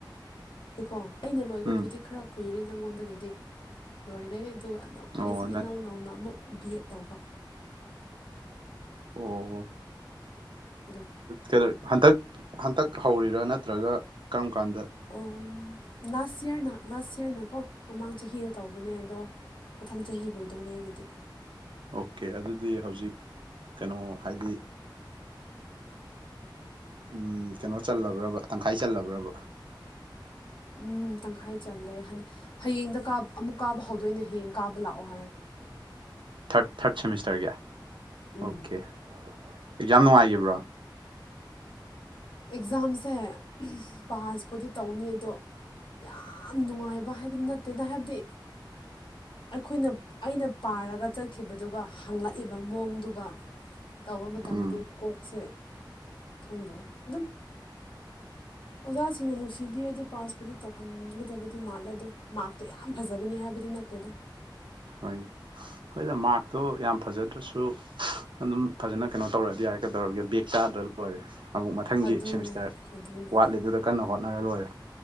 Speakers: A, on the left (about 80°); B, on the right (about 85°).
A: ꯁꯤꯀꯣ ꯑꯩꯅ ꯂꯣꯏꯕꯕꯨꯗꯤ
B: ꯎꯝ
A: ꯈꯔ ꯀꯨꯏꯔꯦ ꯅꯪꯉꯣꯟꯗꯒꯤꯗꯤ ꯂꯣꯏꯔꯦ ꯑꯗꯨꯒ ꯑꯗꯨꯝ ꯑꯩꯁꯤ
B: ꯑꯣ ꯅꯪ
A: ꯏꯅꯧ ꯅꯧꯅ ꯑꯃꯨꯛ ꯕꯤ ꯑꯦꯗ ꯇꯧꯕ
B: ꯑꯣ
A: ꯑꯗꯨꯒꯤ
B: ꯀꯗ ꯍꯟꯗꯛ ꯍꯟꯇꯛ ꯍꯧꯔꯤꯔꯥ ꯅꯠꯇ꯭ꯔꯒ ꯀꯔꯝ ꯀꯥꯟꯗ
A: ꯑꯣ ꯂꯥꯁ ꯌꯔꯅ ꯂꯥꯁ ꯌꯔꯅꯀꯣ ꯃꯃꯥꯡ ꯆꯍꯤꯗ ꯇꯧꯕꯅꯦ ꯑꯗꯣ ꯃꯊꯪ ꯆꯍꯤ ꯂꯣꯏꯗꯣꯏꯅꯦ ꯑꯩꯒꯤꯗꯤ
B: ꯑꯣꯀꯦ ꯑꯗꯨꯗꯤ ꯍꯧꯖꯤꯛ ꯀꯩꯅꯣ ꯍꯥꯏꯗꯤ ꯎꯝ ꯀꯩꯅꯣ ꯆꯜꯂꯕ꯭ꯔꯕ ꯇꯪꯈꯥꯏ ꯆꯜꯂꯕ꯭ꯔꯕ
A: ꯎꯝ ꯇꯪꯈꯥꯏ ꯆꯜꯂꯦ ꯍꯟ ꯍꯌꯦꯡꯗ ꯀꯥ ꯑꯃꯨꯛ ꯀꯥꯕ ꯍꯧꯗꯣꯏꯅꯦ ꯍꯌꯦꯡ ꯀꯥꯕ ꯂꯥꯛꯑꯣ ꯍꯥꯏꯌꯦ
B: ꯊꯔꯠ ꯊꯥꯔꯠ ꯁꯦꯃꯤꯁꯇꯔꯒꯤ
A: ꯎꯝ
B: ꯑꯣꯀꯦ ꯑꯦꯛꯖꯥꯝ ꯅꯨꯡꯉꯥꯏꯈꯤꯕ꯭ꯔꯣ
A: ꯑꯦꯛꯖꯥꯝꯁꯦ ꯄꯥꯁꯄꯨꯗꯤ ꯇꯧꯅꯤ ꯑꯗꯣ ꯌꯥꯝ ꯅꯨꯡꯉꯥꯏꯕ ꯍꯥꯏꯕꯗꯤ ꯅꯠꯇꯦꯅ ꯍꯥꯏꯕꯗꯤ ꯑꯩꯈꯣꯏꯅ ꯑꯩꯅ ꯄꯥꯔꯒ ꯆꯠꯈꯤꯕꯗꯨꯒ ꯍꯪꯂꯛꯏꯕ ꯃꯑꯣꯡꯗꯨꯒ ꯇꯧꯕ ꯃꯇꯝꯗꯗꯤ
B: ꯎꯝ
A: ꯀꯣꯛꯁꯦ ꯈꯪꯗ꯭ꯔꯦ ꯑꯗꯨꯝ ꯑꯣꯖꯥꯁꯤꯡꯅ ꯅꯨꯡꯁꯤꯕꯤꯔꯗꯤ ꯄꯥꯁꯄꯨꯗꯤ ꯇꯧꯍꯟꯒꯗꯕ ꯗꯤ ꯃꯥꯜꯂꯦ ꯑꯗꯣ ꯃꯥꯛꯇꯣ ꯌꯥꯝ ꯐꯖꯒꯅꯤ ꯍꯥꯏꯕꯗꯤ ꯅꯠꯇꯦꯗ
B: ꯍꯣꯏ ꯍꯣꯏꯗ ꯃꯥꯛꯇꯣ ꯌꯥꯝ ꯐꯖꯗ꯭ꯔꯁꯨ ꯑꯗꯨꯝ ꯐꯖꯅ ꯀꯩꯅꯣ ꯇꯧꯔꯛꯑꯗꯤ ꯌꯥꯏ ꯀꯩꯗꯧꯔꯒꯦ ꯕꯦꯛ ꯆꯥꯗ꯭ꯔ ꯂꯣꯏꯔꯦ ꯑꯃꯨꯛ ꯃꯊꯪꯒꯤ
A: ꯑꯗꯨꯅꯦ
B: ꯁꯦꯃꯤꯁꯇꯔ
A: ꯑꯗꯨꯅꯦ
B: ꯋꯥꯠꯂꯤꯗꯨꯗ ꯀꯟꯅ ꯍꯣꯠꯅꯔ ꯂꯣꯏꯔꯦ